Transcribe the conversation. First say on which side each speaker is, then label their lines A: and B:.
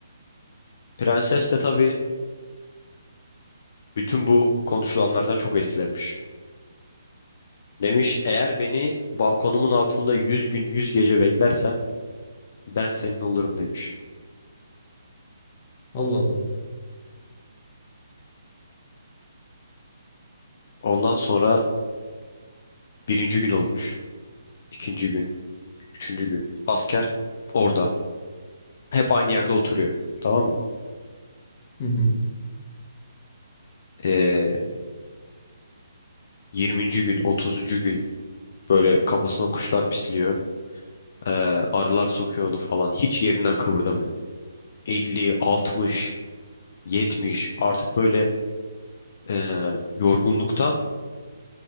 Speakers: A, on the left; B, on the left.
A: Prenses de tabii bütün bu konuşulanlardan çok etkilenmiş. Demiş eğer beni balkonumun altında 100 gün 100 gece beklersen ben senin olurum demiş.
B: Allah Allah.
A: Ondan sonra birinci gün olmuş. ikinci gün. Üçüncü gün. Asker orada. Hep aynı yerde oturuyor. Tamam mı?
B: Hı hı.
A: Ee, 20. gün, otuzuncu gün böyle kafasına kuşlar pisliyor. Ee, arılar sokuyor onu falan. Hiç yerinden kıvırdamıyor. 50, 60, yetmiş artık böyle e, yorgunluktan